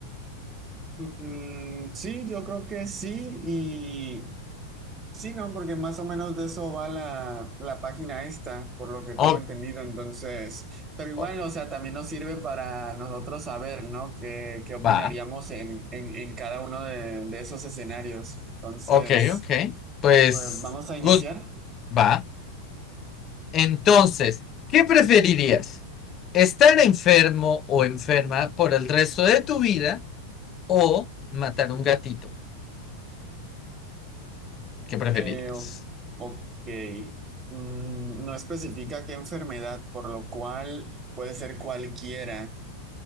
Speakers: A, on the right; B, on the left.
A: Mm, mm, sí, yo creo que sí, y... Sí, no, porque más o menos de eso va la, la página esta, por lo que tengo
B: O,
A: entendido. Entonces, pero igual,
B: o-
A: o sea, también nos sirve para nosotros saber, ¿no? ¿Qué, qué opinaríamos
B: va.
A: en, en, en cada uno de, de esos escenarios? Entonces,
B: Ok, ok. Pues,
A: pues vamos a iniciar.
B: gu- va. Entonces, ¿qué preferirías? ¿Estar enfermo o enferma por el resto de tu vida o matar un gatito? ¿Qué preferirías?
A: Eh, o- ok. Mm, no especifica qué enfermedad, por lo cual puede ser cualquiera.